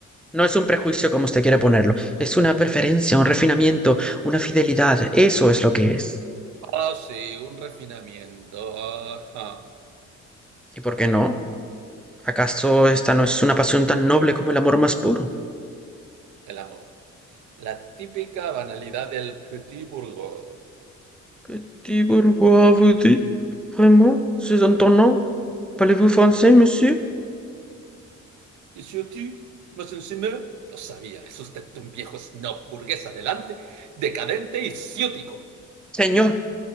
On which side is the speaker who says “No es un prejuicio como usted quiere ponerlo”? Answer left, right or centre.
Centre